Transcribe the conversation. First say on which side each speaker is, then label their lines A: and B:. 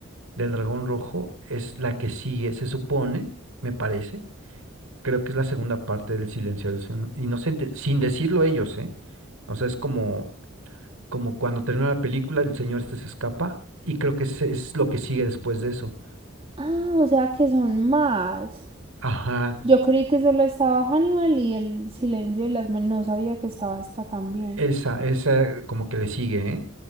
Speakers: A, on the right; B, on the right.
A: del Dragón Rojo es la que sigue, se supone, me parece. Creo que es la segunda parte del Silencio de los In- Inocentes, sin decirlo ellos, ¿eh? O sea, es como, como cuando termina la película, el señor este se escapa y creo que ese es lo que sigue después de eso.
B: Ah, o sea que son más.
A: Ajá,
B: Yo creí que solo estaba Hannibal y El Silencio de las Manos. No sabía que estaba esta también.
A: esa, esa como que le sigue, ¿eh?